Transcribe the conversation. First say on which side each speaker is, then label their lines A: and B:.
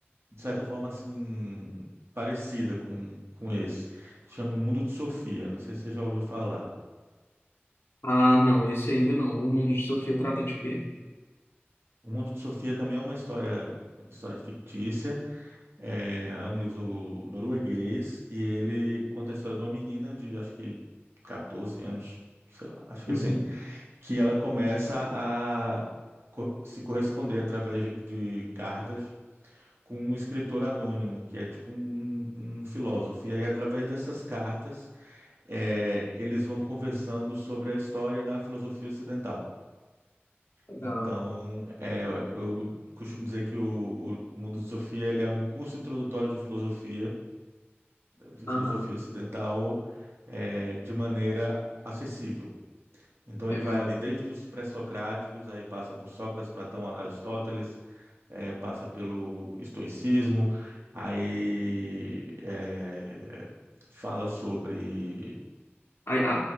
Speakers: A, on the right; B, on the left.
A: de certa forma assim parecida com com esse. Chama O Mundo de Sofia. Não sei se você já ouviu falar.
B: Ah, não, esse ainda não. O Mundo de Sofia trata de quê?
A: O Mundo de Sofia também é uma história, história fictícia. É, é um livro norueguês e ele conta a história de uma menina de acho que 14 anos, sei lá, acho que
B: Uhum.
A: assim, que ela começa a co- se corresponder através de, de cartas com um escritor anônimo, que é tipo um, um um filósofo. E aí, através dessas cartas, é, eles vão conversando sobre a história da filosofia ocidental.
B: Legal.
A: Então, é, eu costumo dizer que o, o, o Mundo de Sofia ele é um curso introdutório de filosofia, de
B: Aham,
A: filosofia ocidental, é, de maneira acessível. Então,
B: legal.
A: ele vai ali desde os pré-socráticos, aí passa por Sócrates, Platão, Aristóteles, é, passa pelo estoicismo, aí é, fala sobre
B: A, a,